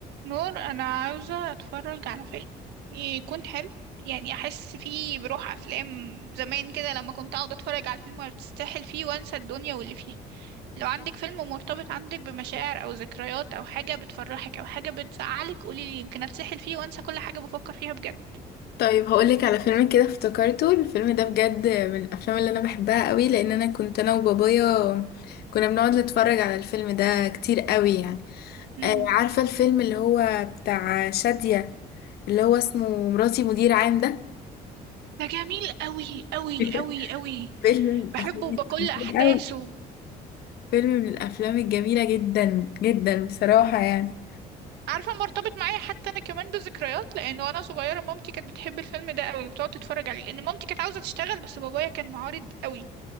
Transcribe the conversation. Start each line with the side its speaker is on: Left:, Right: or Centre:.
Right: نور انا عاوزه اتفرج على فيلم يكون حلو يعني احس فيه بروح افلام زمان كده لما كنت اقعد اتفرج على الفيلم وتستاهل فيه وانسى الدنيا واللي فيها لو عندك فيلم مرتبط عندك بمشاعر او ذكريات او حاجه بتفرحك او حاجه بتزعلك قولي لي يمكن اتسحل فيه وانسى كل حاجه بفكر فيها بجد
Left: طيب هقولك على فيلم كده افتكرته الفيلم ده بجد من الافلام اللي انا بحبها قوي لان انا كنت انا وبابايا كنا بنقعد نتفرج على الفيلم ده كتير قوي يعني
Right: امم
Left: آه، عارفة الفيلم اللي هو بتاع شادية اللي هو اسمه مراتي مدير عام ده
Right: ده جميل قوي قوي
Left: <laughs>
Right: قوي قوي
Left: فيلم من الافلام
Right: بحبه بكل
Left: الجميلة
Right: احداثه
Left: قوي فيلم من الافلام الجميلة جدا جدا بصراحة يعني
Right: عارفة مرتبط معايا حتى أنا كمان بذكريات لأن وأنا صغيرة مامتي كانت بتحب الفيلم ده قوي وبتقعد تتفرج عليه لأن مامتي كانت عاوزة تشتغل بس بابايا كان معارض قوي